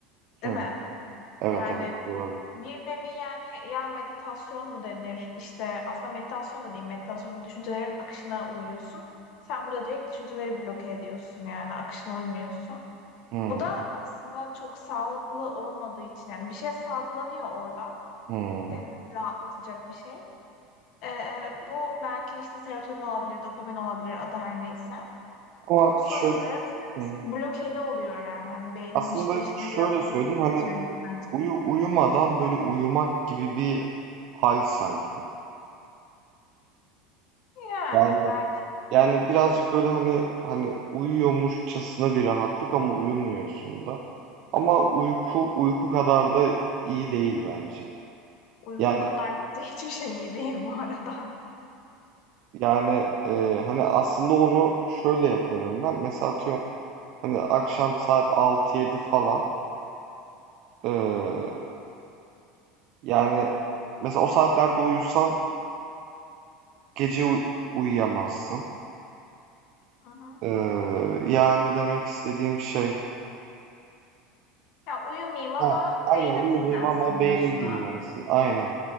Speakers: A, on the right; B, on the left.
A: Hı.
B: değil mi?
A: Evet
B: Yani
A: evet doğru.
B: bir nevi yani yani meditasyon mu denir? İşte aslında meditasyon da değil, meditasyon düşüncelerin akışına uyuyorsun. Sen burada direkt düşünceleri bloke ediyorsun yani akışına uymuyorsun.
A: Hı.
B: Bu da aslında çok sağlıklı olmadığı için yani bir şey salgılanıyor orada.
A: Hı.
B: Seni rahatlatacak bir şey. Ee, bu belki işte serotonin olabilir, dopamin olabilir adı her neyse.
A: Ama
B: Ama sonuç
A: şöyle
B: olarak biraz
A: hı hı.
B: blokeli oluyor yani. Hani beynin
A: Aslında
B: işleyişine
A: şöyle
B: biraz
A: söyleyeyim
B: bloke katıyor
A: hani
B: gibi bence.
A: uyu uyumadan böyle uyumak gibi bir hal sanki.
B: Yani
A: Yani
B: belki
A: yani birazcık böyle hani hani uyuyormuşçasına bir rahatlık ama uyumuyorsun da. Ama uyku uyku kadar da iyi değil bence.
B: uyku
A: Yani
B: kadar bence <laughs> hiçbir şey iyi değil bu arada.
A: Yani e, hani aslında onu şöyle yapıyorum ben. Mesela atıyorum hani akşam saat altı yedi falan. e, yani mesela o saatlerde uyusan gece uy- uyuyamazsın.
B: Hı hı.
A: E, yani demek istediğim şey.
B: Ya uyumayayım ama
A: Ha, aynen
B: beynim
A: uyumayayım
B: dinlensin
A: ama beynim
B: diyorsun
A: dinlensin.
B: ha.
A: Aynen.